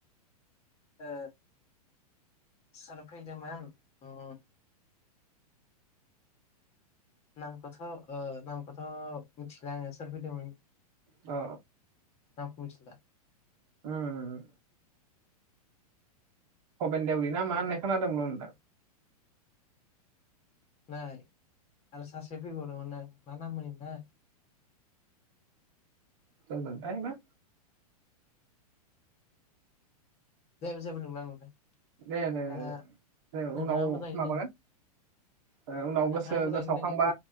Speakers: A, on the left (about 30°); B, on the right (about 50°).
A: ओ सोर फैदोंमोन उम नामखौथ' ओ नामखौथ' मिथिला आंङो सोर फैदोंमोन।
B: औ
A: नामखौ मिथिला।
B: उम भबेन देवरि ना मा होननाय खोनादोंमोन आं नोंथां।
A: जानाय आरो सासे फैबावदोंमोना मा नाम होनदों मोनथाय
B: सोरमोनथाय ना
A: दे जेबो नंला नोंथां।
B: दे दे
A: दा
B: दे
A: नोंथाङा
B: उनाव
A: मोजाङैनो
B: माबागोन।
A: दों
B: ओ उनाव
A: नोंथाङा
B: गोसो
A: मोजाङैनो
B: गोसाव
A: दों
B: खांबा